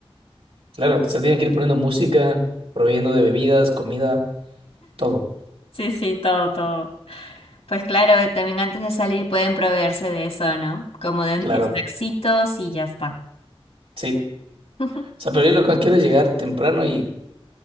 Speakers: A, on the right (about 80°); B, on the left (about 85°).
A: Claro, se tienen que ir poniendo música, proveyendo de bebidas, comida, todo.
B: Sí, sí, todo, todo. Pues claro, también antes de salir pueden proveerse de eso, ¿no? Como de
A: Claro,
B: snacksitos y ya está.
A: sí.
B: <laughs>
A: O sea, pero yo lo que quiero es llegar temprano y,